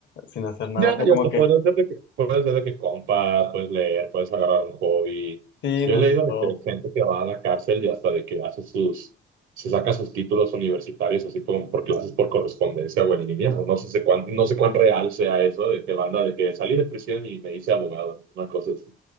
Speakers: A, on the left (about 65°); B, on the right (about 80°).
A: sin hacer nada.
B: Ya,
A: O sea,
B: ya
A: como
B: te
A: que
B: puedes desde que, puedes desde que compras, puedes leer, puedes agarrar un hobby.
A: sí,
B: Yo
A: justo,
B: he leído de que hay gente que va a la cárcel y hasta de que hace sus, se saca sus títulos universitarios así como porque lo haces por correspondencia o en línea. No no sé, si cuán, no sé cuán real sea eso de que banda de que salí de prisión y me hice abogado. Una cosa así.